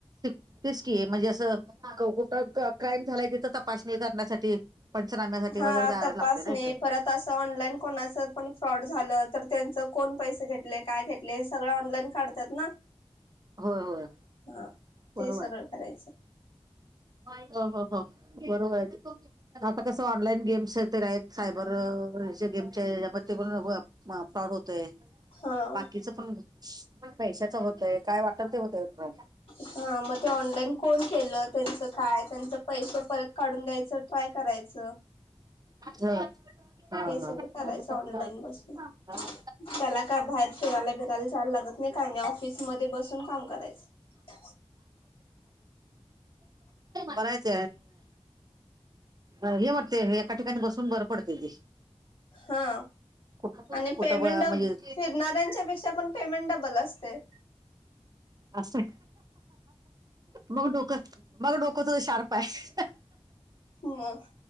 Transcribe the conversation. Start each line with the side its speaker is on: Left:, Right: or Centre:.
Right: तेच कि आहे म्हणजे असं कुठं क्राईम झालाय तिथं तपासणी करण्यासाठी पंचनाम्यासाठी
Left: हा
Right: वगैरे जायला
Left: तपासणे
Right: लागते ना इथं
Left: परत असं ऑनलाईन कोणाच पण फ्रॉड झालं तर त्यांच कोण पैसे घेतले काय घेतले हे सगळं ऑनलाईन काढतात ना
Right: होय होय
Left: हा
Right: बरोबर
Left: ते सगळं करायचं
Right: हो बरोबर आहे आता कस ऑनलाईन गेम्स आहेत ते आहेत सायबर गेमचे यामध्ये ते पण फ्रॉड होतोय
Left: हा
Right: बाकीचं पण पैशाच होतय काय वाटत ते होतय त
Left: हा मग ते ऑनलाईन कोण केलं का त्यां पै परत काढून द्याय ट्राय करायच
Right: हा हा
Left: हे सगळ
Right: हा
Left: करायचं ऑनलाईन बसून त्याला का बाहेर फिरायला फिरायला जायला लागत काय नाही ऑफिसमध्ये बसून काम करायचं
Right: करायच हे बटते एका ठिकाणी बसून बरं पडते ती
Left: हा
Right: कु
Left: आणि
Right: कुठं
Left: पेमेंट
Right: म्हणजे
Left: फिरणाऱ्यांच्या पेक्षा पण पेमेंट डबल असते
Right: असं मग डोक मग डोकं तुझं शार्प पश
Left: ह